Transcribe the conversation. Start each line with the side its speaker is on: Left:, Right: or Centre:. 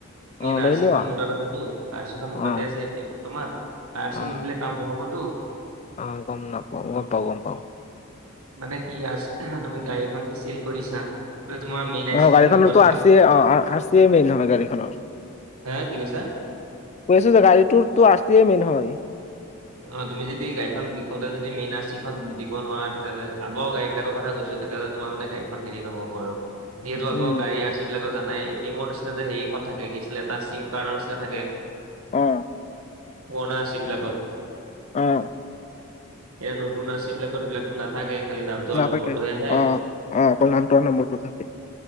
Right: মেইন
Left: অ', লৈ
Right: আৰ্চি
Left: লোৱা
Right: খন মোৰতাত আছেতো আৰ্চিখন মোৰতাতে
Left: অ',
Right: আছে। এই তোমাৰ আৰ্চি
Left: অ',
Right: নিদিলে কাম নহবতো।
Left: অ' গম নাপাও। গম পাওঁ গম পাওঁ।
Right: মানে কি আৰ্চ তুমি গাড়ী এখন যদি চিল কৰিছা। তোমাৰ মেইন আৰ্চিখন
Left: অ', গাড়ীখনতো
Right: দিব লাগে।
Left: আৰ চি অ আৰ চি মেইন হয় গাড়ীখনৰ
Right: হে কি কৈছা।
Left: কৈছোঁ যে গাড়িতো আৰ্চিয়ে মেইন হয়।
Right: অ' তুমি যদি গাড়ীখন বিকোতে যদি মেইন আৰ্চিখন দিব নোৱাৰা তেতিয়াহ'লে আগৰ গাড়ী বিলাকৰ কথা কৈছো। তেতিয়াহলে তোমাৰ মানে গড়ীখন হেৰি নহ'ব আৰু যিহেতু
Left: উম,
Right: আগৰ গাড়ী আছে। সবিলাক ত জানাই এ টি এমৰ নিচনা যে সেখন থাকে কি আছিলে এটা চিম কাৰ্ডৰ নিচিনা থাকে।
Left: অ'।
Right: পূৰনা আৰ্চি বিলাকত।
Left: অ'।
Right: এ নতুন আৰ্চিবিলাকত সেইবিলাক টো নাথাকে। খালি নামটো
Left: নাথাকে
Right: আৰু নম্বৰটোহে <unintelligible>
Left: অ', অ অকল নামটো আৰু নম্বৰটো থাকে।